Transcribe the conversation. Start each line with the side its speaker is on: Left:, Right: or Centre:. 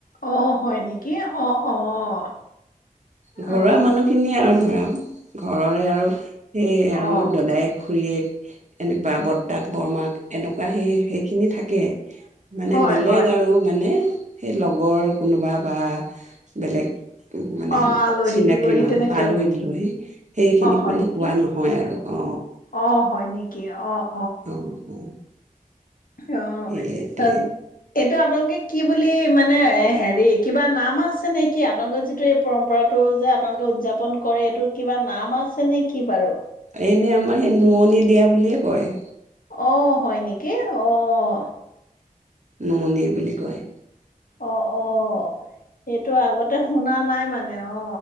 Left: অ' হয় নেকি? এ, অ', অ',
Right: ঘৰুৱা
Left: অহ
Right: মানুহখিনিয়ে <inaudible> ঘৰৰে, আৰু সেই, আৰু
Left: অ
Right: দদাই খুৰীয়েক, এনেকুৱা বৰতা, বৰমাক। এনেকুৱা, সেই, সেইখিনি থাকে মানে,
Left: হয়
Right: বেলেগ
Left: হয়
Right: আৰু, মানে সেই লগৰ, কোনোবা বা বেলেগ মানে,
Left: অ আলহী
Right: চিনাকি
Left: দুলহী
Right: মানুহ
Left: তেনেকে
Right: আলহী-দুলহী, সেইখিনিক
Left: অ হয়
Right: মানে,
Left: নেকি
Right: কোৱা নহয় আৰু। অ
Left: অ', হয় নেকি? অ'।
Right: অ', অ'।
Left: অ',
Right: সেইটোৱে
Left: এইটো আপোনালোকে কি বুলি, মানে এ, হেৰি, কিবা নাম আছে নে কি? আপোনালোকৰ যিটো এই পৰম্পৰাটো যে আপোনালোকে উদযাপন কৰে এইটোৰ কিবা নাম আছে নেকি বাৰু?
Right: এনেই, আমাৰ সেই নোৱনি দিয়া বুলিয়েই কয়।
Left: অ', হয় নেকি, অ'।
Right: নোৱনী বুলি কয়।
Left: অ অ সেইটো আগতে শুনা নাই মানে অ